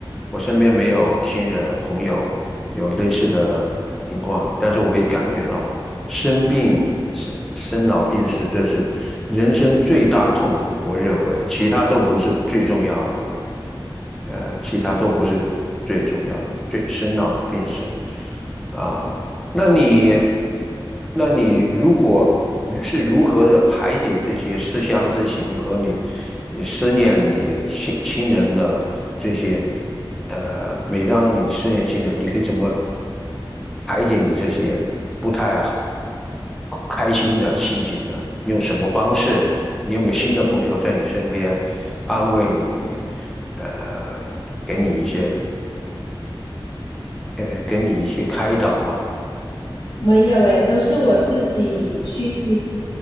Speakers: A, in the centre; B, on the left.
A: 我身边没有亲人朋友有类似的情况，但是我可以感觉到生病、生生老病死，这是人生最大的痛苦。我认为其他都不是最重要的，呃，其他都不是最重要的，最生老病死啊。那你，那你如果是如何的排解这些思乡之情和你你思念你亲亲人的这些，呃，每当你思念亲人，你可以怎么排解你这些不太好开心的心情呢？你用什么方式？你有没有新的朋友在你身边安慰你，呃，给你一些，呃，给你一些开导呢？
B: 没有诶，都是我自己去，